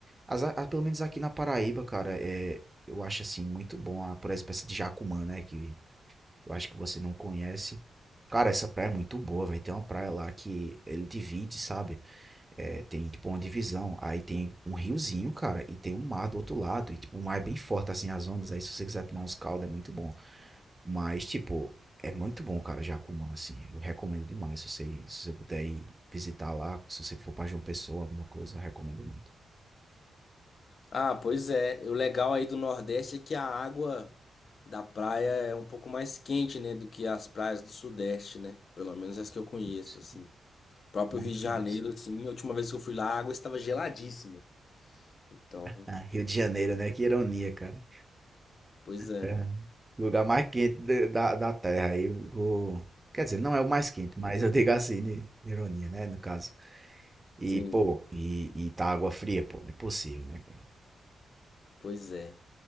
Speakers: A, on the right (about 20°); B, on the left (about 55°).
A: as, a- pelo menos aqui na Paraíba, cara, é, eu acho assim muito bom, a, por exemplo, essa de Jacumã, né? Que eu acho que você não conhece. Cara, essa praia é muito boa, vai Tem uma praia lá que ele divide, sabe? É, tem, tipo, uma divisão. Aí tem um riozinho, cara, e tem um mar do outro lado. E, tipo, o mar é bem forte, assim, as ondas. Aí, se você quiser tomar uns caldos, é muito bom. Mas, tipo, é muito bom, cara, Jacumã, assim. Eu recomendo demais. Se você, se você puder ir visitar lá, se você for pra João Pessoa, alguma coisa, eu recomendo muito.
B: Ah, pois é. E O legal aí do Nordeste é que a água da praia é um pouco mais quente, né, do que as praias do Sudeste, né? Pelo menos as que eu conheço,
A: Sim,
B: assim. O próprio
A: muito
B: Rio de Janeiro,
A: mais.
B: assim, a última vez que eu fui lá, a água estava geladíssima. Então,
A: Ah, Rio de Janeiro, né? Que ironia, cara.
B: pois é.
A: É. Lugar mais quente da, da da Terra. Aí, o... o- Quer dizer, não é o mais quente, mas eu digo assim, de- ironia, né? No caso. E,
B: Sim,
A: pô, e, e tá água fria, pô, não é possível, né, cara?
B: pois é.